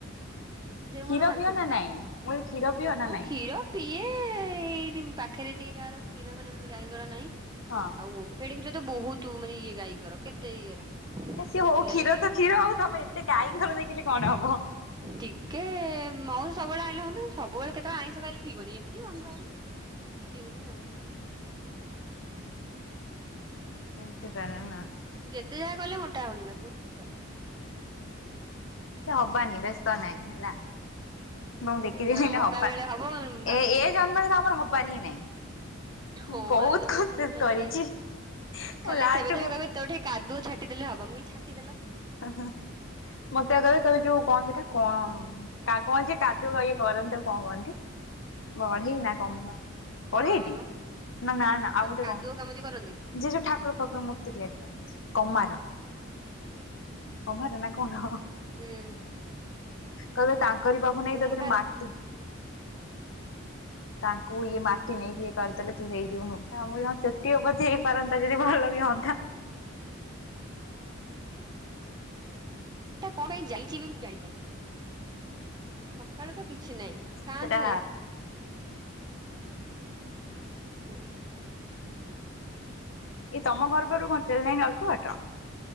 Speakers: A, on the right (about 20°); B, on the left (about 70°).
A: ଦେହ
B: କ୍ଷୀର
A: ମୋର ବାନ୍ତି
B: ପିଅ
A: ଉଠାଏ
B: ନା ନାଇଁ ମୁଁ କହିଲି କ୍ଷୀର ପିଅ ନା
A: ହଉ
B: ନାଇଁ
A: କ୍ଷୀର। ପିଏ ଏଇ ପାଖରେ ଟିକେ କାହାର କ୍ଷୀର ମାନେ ଏମିତି ଗାଈ ଦୋଳା ନାହିଁ।
B: ହଁ।
A: ଆଉ ଓମ୍ଫେଡ କ୍ଷୀର ତ ବହୁତ ମାନେ ଇଏ ଗାଈଙ୍କର କେତେ ଇଏର।
B: ସିଏ
A: ସେଥିଲାଗି
B: ହଉ କ୍ଷୀର ତ କ୍ଷୀର ଆଉ ତମେ ଏତେ ଗାଈଙ୍କର ଦେଖିଲେ କଣ ହବ।
A: ଟିକେ ମାଉଁସ ସବୁବେଳେ ଆଣିଲେ ହଅନ୍ତା। ସବୁବେଳେ କେତେବେଳେ ଆଇଁଷ ଖାଇଲେ ପିଇବନି। ଏମିତି ମ। ପିଉନି ଆଉ।
B: ଏମିତି ତାହେଲେ ନା।
A: ଯେତେ ଯାହା କଲେ ମୋଟା ହଉନି ବା ବହୁତ କିଛି କଲିଣିି।
B: ସେ ହବାନି ବ୍ୟସ୍ତ ନାଇଁ ହେଲା। <unintelligible> ଦେଖିଦେଲେ
A: ସେ
B: ହେଲେ ହବା,
A: ବେଳେ ହବ ଭାବିଲେ
B: ଏ ଏ
A: କିଛି
B: ଜନ୍ମରେ
A: ହବନି
B: ତ ଆମର ହବାର ହିଁ ନାଇଁ।
A: ହଁ
B: ବହୁତ
A: ଆର ଜନ୍ମ
B: କୋଷିସ୍
A: ଯଦି ମୋଟା
B: କରିଛି,
A: ସୋଟା ହେଇ ଆସି
B: ମୁଁ
A: ଖାଲି
B: ଲାଷ୍ଟୁକୁ
A: ଥେବେ ଥେବେ କହିବେ ତୋ ଠେଇ କାଦୁଅ ଛାଟିଦେଲେ ହବ। ମୁଁ କଇଲି ଛାଟିଦେଲ।
B: ମୋତେ ଆ, କଇବେ କଇବେ ଯୋଉ କଣ ସେଟା କଣ ଉଁ, ତା କଣ ଯେ କାଦୁଅ ଇଏ କରନ୍ତି ତାକୁ କଣ କହନ୍ତି? ବଢେଇ
A: କଣ
B: ନା କମ୍ବା, ବଢେଇ
A: ହଁ
B: ଟି ନା ନା ନା ଆଉ ଗୋଟେ
A: କାଦୁଅ
B: କଣ?
A: କାମ ଯେ କରନ୍ତି
B: ଯିଏ ଯୋଉ ଠାକୁର ଫାକୁର ମୂର୍ତ୍ତି ତିଆରି କରନ୍ତି, କମାର।
A: କୁମ୍ଭାର।
B: କମ୍ଭାର ନା କଣ?
A: ହୁଁ।
B: କଇବେ ତାଙ୍କରି ପାଖକୁ ନେଇକି
A: କୁମ୍ଭାର
B: ତୋ ଦେହରେ ମାଟି ତାଙ୍କୁ ଇଏ
A: ଏଟା
B: ମା ଟି ନେଇକି ଇଏ କରିଦେଲେ ତୁ ହେଇଯିବୁ ମୋଟା, ଆଉ। ମୁଁ କଇଲି ହଁ ସେତିକ ପଛେ ହେଇପାରନ୍ତା ଯଦି ଭଲ ବି ହଅନ୍ତା।
A: ସେଟା କଣ ପାଇଁ ଯାଇଛି ବି ମୁଁ ଜାଣିପାରୁନି। ସକାଳୁ ତ କି ଛି ନାଇଁ, ଥାଆନ୍ତୁ
B: ସେଟା
A: ଏ ନା।
B: ଏ ତୋମ ଘର ପାଖରୁ କଣ ଟ୍ରେନ୍ ଲାଇନ୍ ଅଳ୍ପ ବାଟ?